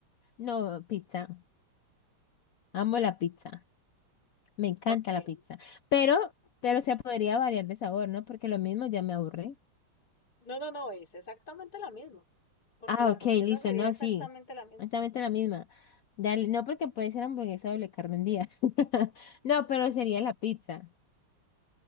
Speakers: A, on the left (about 80°); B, on the left (about 45°).
A: No, pizza. Amo la pizza. Me encanta
B: Ok.
A: la pizza. Pero, pero se podría variar de sabor, ¿no? Porque lo mismo ya me aburre.
B: No, no, no, es exactamente la misma, porque
A: Ah,
B: la hamburguesa
A: ok, listo.
B: sería
A: No,
B: exactamente
A: sí.
B: la misma.
A: Exactamente la misma. Dale, no porque puede ser hamburguesa doble carne un día. <laughs> No, pero sería la pizza.